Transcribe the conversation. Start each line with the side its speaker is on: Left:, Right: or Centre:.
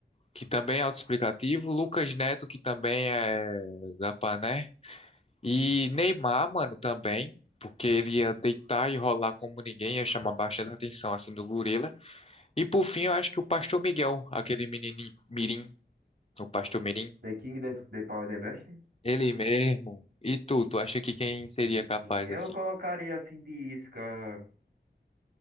Left: que também é autoexplicativo. Lucas Neto, que também é da Pané. E Neymar, mano, também. Porque ele ia deitar e rolar como ninguém, ia chamar bastante atenção, assim, do gorila. E por fim, eu acho que o Pastor Miguel, aquele menino mirim, o Pastor Mirim,
Right: The King, The, the Power, The Best?
Left: ele mesmo. E tu, tu acha que quem seria
Right: Sim,
Left: capaz,
Right: sim. Eu
Left: assim?
Right: colocaria assim de isca,